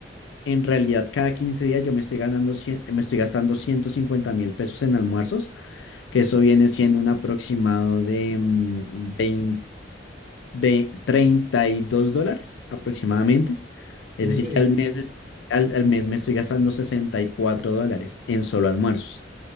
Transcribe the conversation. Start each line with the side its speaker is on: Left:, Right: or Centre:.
Left: En realidad, cada 15 días yo me estoy ganando, cien- me estoy gastando 150 mil pesos en almuerzos, que eso viene siendo un aproximado de mm, 20 ve- 32 dólares aproximadamente. Es
Right: Uy,
Left: decir,
Right: sería
Left: que al
Right: genial.
Left: mes, es- al, al mes me estoy gastando 64 dólares en solo almuerzos.